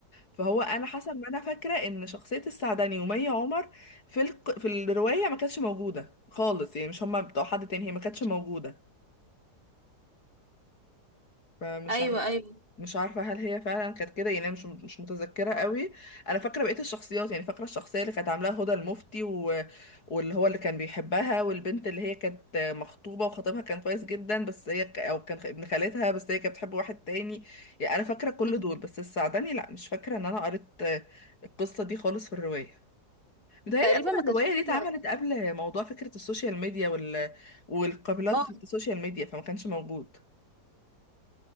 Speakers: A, on the left; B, on the right.
A: فهو انا حسب ما انا فاكره ان شخصيه السعدني ومي عمر في الق... في الروايه ما كانتش موجوده خالص يعني مش هما بتوع حد تاني هي ما كانتش موجوده فمش
B: ايوه
A: عارفه
B: ايوه
A: مش عارفه هل هي فعلا كانت كده يعني أنا مش مش متذكره قوي انا فاكره بقيه الشخصيات يعني فاكره الشخصيه اللي كانت عاملاها هدى المفتي و... واللي هو اللي كان بيحبها والبنت اللي هي كانت مخطوبه وخطيبها كان كويس جدا بس هي ك... او كان ابن خالتها بس هي كانت بتحب واحد تاني يعني انا فاكره كل
B: مم.
A: دول بس السعدني لا مش فاكره ان انا قريت القصه دي خالص في الروايه متهيألي
B: تقريبا
A: أصلا
B: ما
A: الرواية
B: كانش فيها
A: دي اتعملت قبل موضوع فكرة السوشيال ميديا وال... والقابلات
B: اه
A: في السوشيال ميديا فما كانش موجود